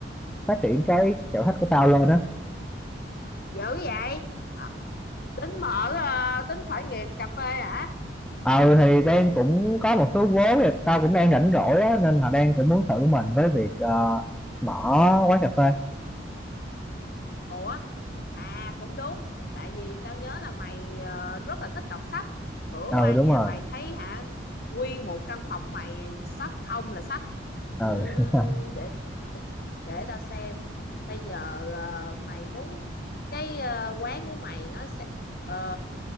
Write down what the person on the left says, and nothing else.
dữ vậy à, tính mở ờ, tính khởi nghiệp cà phê hả
ủa à cũng đúng tại vì tao nhớ là mày ờ, rất là thích đọc sách bữa
qua
nhà
mày thấy hả nguyên một căn phòng mày sách không là sách
Ừm,
để, để để tao xem bây giờ ờ, mày muốn cái ờ, quán của mày nó sẽ ờ,